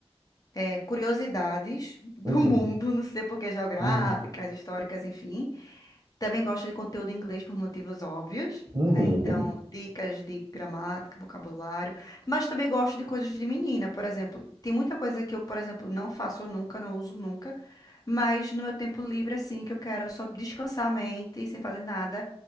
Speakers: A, on the left; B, on the right.
A: é, curiosidades do
B: uhum,
A: mundo, <laughs> não sei por que, geográficas,
B: uhum,
A: históricas, enfim. Também gosto de conteúdo em inglês por motivos óbvios,
B: uhum,
A: né? Então, dicas de gramática, vocabulário. Mas também gosto de coisas de menina, por exemplo. Tem muita coisa que eu, por exemplo, não faço nunca, não uso nunca. Mas no meu tempo livre, assim, que eu quero só descansar a mente sem fazer nada,